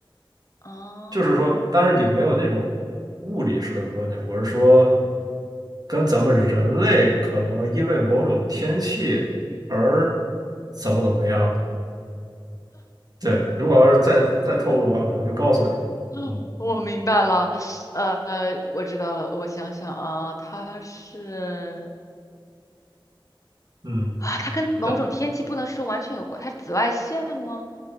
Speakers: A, on the left (about 35°); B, on the right (about 50°).
A: 啊，
B: 就是说，当然也没有那种物理式的关联。我是说，跟咱们人类可能因为某种天气而怎么怎么样。对，如果要是再再透露的话，可能就告诉你了。
A: 嗯我明白了。
B: 嗯。
A: 呃，我知道了，我想想啊，它是
B: 嗯，
A: 啊，它跟某种天气不能说完全有关，
B: 它
A: 它是紫外线吗？